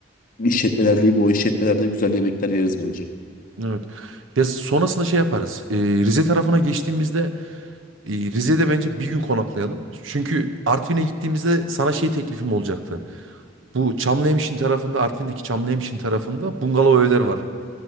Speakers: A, on the left (about 45°); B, on the right (about 80°).
A: İşletmeler değil o işletmelerde güzel yemekler yeriz bence.
B: Evet. Ya sonrasında şey yaparız. Ee, Rize tarafına geçtiğimizde e, Rize'de bence bir gün konaklayalım. Çünkü Artvin'e gittiğimizde sana şey teklifim olacaktı. Bu Çamlıhemşin tarafında, Artvin'deki Çamlıhemşin tarafında bungalov evler var.